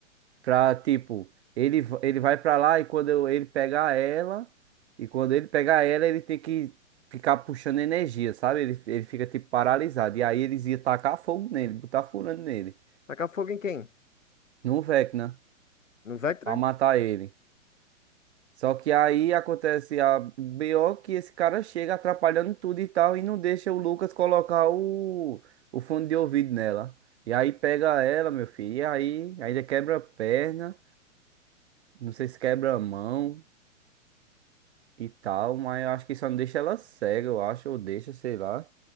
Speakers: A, on the right; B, on the left.
A: Pra, tipo, ele, va- ele vai pra lá e quando eu- ele pegar ela, e quando ele pegar ela, ele tem que ficar puxando energia, sabe? Ele, ele fica, tipo, paralisado. E aí eles iam tacar fogo nele, botar furando nele,
B: Tacar fogo em quem?
A: no Vecna,
B: No Vectra?
A: pra matar ele. Só que aí acontece a BO que esse cara chega atrapalhando tudo e tal, e não deixa o Lucas colocar o, o fone de ouvido nela. E aí pega ela, meu filho, e aí ainda quebra a perna, não sei se quebra a mão. e tal, mas eu acho que só não deixa ela cega, eu acho, ou deixa, sei lá.